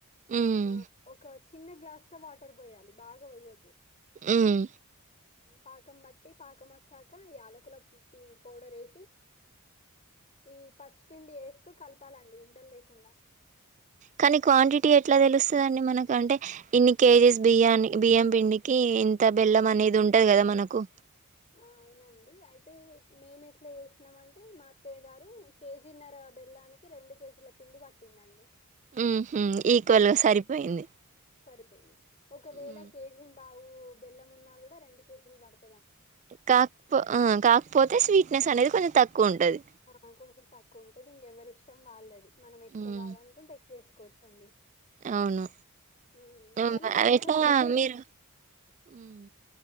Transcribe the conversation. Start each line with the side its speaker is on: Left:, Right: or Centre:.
Right: ఉమ్
Left: ఆ ఒక చిన్న గ్లాస్ తో వాటర్ పోయాలి బాగా పోయొద్దు
Right: హ్మ్మ్
Left: పాకం బట్టి పాకం వచ్చాక యాలకుల ప పౌడర్ వేసి ఈ పచ్చిపిండి వేస్తూ కలపాలండి ఉండలు లేకుండా
Right: కానీ క్వాంటిటీ ఎట్లా తెలుస్తుందండి మనకు అంటే ఇన్ని కేజీస్ బియ్యాన్ని బియ్యం పిండికి ఇంత బెల్లం అనేది ఉంటది కదా మనకు
Left: ఆ ండి అయితే మేము ఎట్లా చేసినాం అంటే మా అత్తయ్య గారు కేజీన్నర బెల్లానికి రెండు కేజీల పిండి పట్టిందండి
Right: ఉ ఈక్వల్
Left: ఉమ్,
Right: గా సరిపోయింది
Left: సరిపోయింది ఒకవేళ
Right: ఉమ్
Left: కేజీ బావు బెల్లం ఉన్నా కూడా రెండు కేజీలు పడుత
Right: కాకపో ఆ కాకపోతే స్వీట్నెస్ అనేది కొంచెం తక్కువ ఉంటది
Left: ఆ కొంచెం తక్కువ ఉంటే ఇంకెవరి ఇష్టం వాళ్ళది మనం ఎక్కువ
Right: ఉమ్
Left: కావాలనుకుంటే ఎక్కువ వేసుకో కోవచండి
Right: అవును
Left: హ్మ్మ్
Right: ఉమ్
Left: కానీ
Right: అవి
Left: అరిసలు
Right: ఎట్లా
Left: అసలు
Right: మీరు ఉమ్